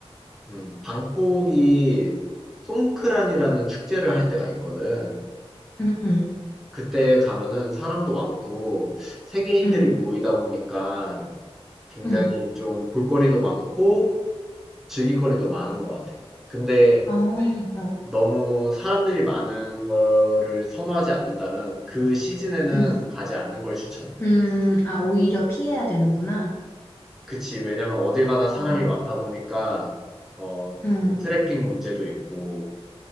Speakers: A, in the centre; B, on the left.
A: 음, 방콕이 송크란이라는 축제를 할 때가 있거든.
B: 응, 응,
A: 그때 가면은 사람도 많고 세계인들이
B: 응,
A: 모이다 보니까 굉장히
B: 응.
A: 좀 볼거리도 많고 즐길 거리도 많은 것 같아. 근데
B: 어, 어,
A: 너무 사람들이 많은 거를 선호하지 않는다면 그 시즌에는
B: 응.
A: 가지 않는 걸 추천해.
B: 음, 아, 오히려 피해야 되는구나.
A: 그치. 왜냐면 어딜 가나 사람이
B: 어,
A: 많다 보니까 어,
B: 응,
A: 트래픽 문제도 있고